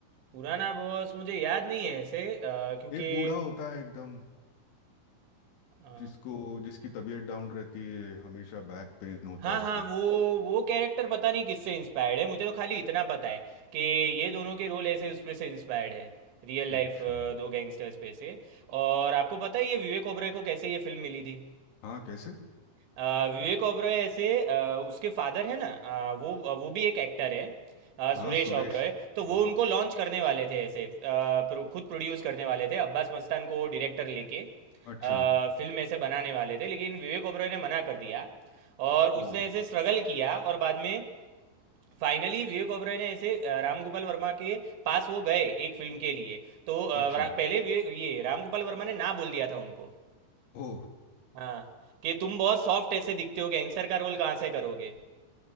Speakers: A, on the right; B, on the left.
A: पुराना बॉस मुझे याद नहीं है ऐसे अ, क्योंकि
B: एक बूढ़ा होता है एकदम
A: अ,
B: जिसको जिसकी तबीयत डाउन रहती है हमेशा बैक पेन होता
A: हाँ
B: है उसको
A: हाँ वो वो कैरेक्टर पता नहीं किससे इंस्पायर्ड है मुझे तो खाली इतना पता है कि ये दोनों के रोल ऐसे उसमें से इंस्पायर्ड है रियल लाइफ
B: अच्छा
A: दो गैंगस्टर्स पे से और आपको पता है ये विवेक ओबराय को कैसे ये फिल्म मिली थी
B: हाँ कैसे
A: अ, विवेक ओबरॉय ऐसे अ, उसके फादर है ना अ, वो वो भी एक एक्टर है अ,
B: हाँ
A: सुरेश
B: सुरेश
A: ओबरॉय तो वो
B: हाँ
A: उनको लॉन्च करने वाले थे ऐसे अ, प्रो- खुद प्रोड्यूस करने वाले थे अब्बास मस्तान को डायरेक्टर लेके
B: अच्छा
A: अ, फिल्म ऐसे बनाने वाले थे लेकिन विवेक ओबरॉय ने मना कर दिया और
B: ओ
A: उसने ऐसे स्ट्रगल किया और बाद में फाइनली विवेक ओबरॉय ने ऐसे अ, राम गोपाल वर्मा के पास वो गए एक फिल्म के लिए तो अ,
B: अच्छा
A: रा- पहले विवे- ये राम गोपाल वर्मा ने ना बोल दिया था उनको
B: ओ
A: हाँ, कि तुम बहुत सॉफ्ट ऐसे दिखते हो गैंगस्टर का रोल कहाँ से करोगे